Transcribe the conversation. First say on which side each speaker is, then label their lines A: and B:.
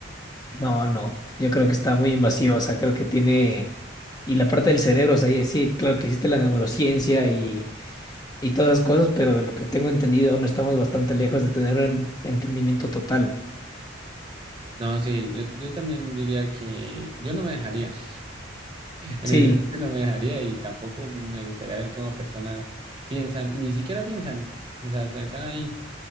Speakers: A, on the left; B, on the right.
A: No, no, yo creo que está muy invasivo, o sea, creo que tiene, y la parte del cerebro, o sea, y sí, claro que existe la neurociencia y, y todas esas cosas, pero de lo que tengo entendido aún estamos bastante lejos de tener un entendimiento total.
B: No, sí, yo, yo también diría que yo no me dejaría. <laughs> En
A: Sí,
B: general, yo no me dejaría y tampoco me gustaría ver cómo personas piensan, ni siquiera piensan, o sea, hasta están ahí.